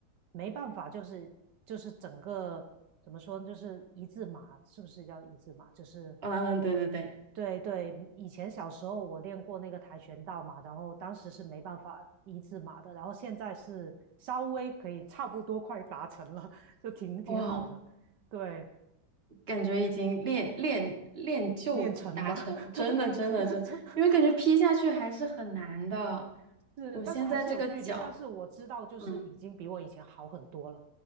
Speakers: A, on the right; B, on the right.
A: 没办法，就是就是整个怎么说呢，就是一字马，是不是叫一字马？就是
B: 嗯，对对对，
A: 对对，以前小时候我练过那个跆拳道嘛，然后当时是没办法一字马的，然后现在是稍微可以差不多快达成了，就挺挺好的，
B: 哇，
A: 对，
B: 感觉已经练练练就达成，
A: 练成了，<laughs>
B: 真的真的真的因为感觉劈下去还是很难的。
A: 对，<laughs> 是，
B: 我现在这个脚，
A: 但是还是有距离。但是我知道，就是已经比我以前好很多了，
B: 嗯